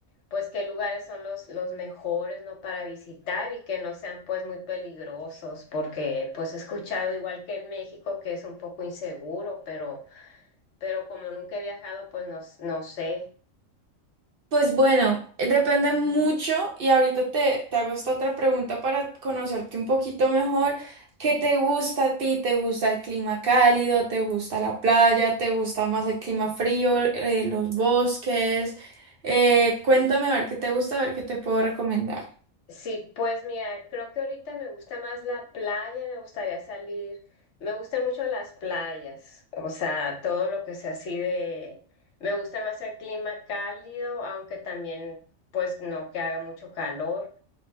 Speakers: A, on the left; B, on the right.
A: pues qué lugares son los, los mejores, ¿no? Para visitar y que no sean pues muy peligrosos, porque pues he escuchado igual que en México que es un poco inseguro, pero, pero como nunca he viajado, pues no, no sé.
B: Pues bueno, depende mucho y ahorita te, te hago esta otra pregunta para conocerte un poquito mejor. ¿Qué te gusta a ti? ¿Te gusta el clima cálido? ¿Te gusta la playa? ¿Te gusta más el clima frío? eh, ¿los bosques? Eh, cuéntame a ver qué te gusta, a ver qué te puedo recomendar.
A: Sí, pues mira, creo que ahorita me gusta más la playa, me gustaría salir, me gustan mucho las playas, o sea, todo lo que sea así de, me gusta más el clima cálido, aunque también pues no que haga mucho calor,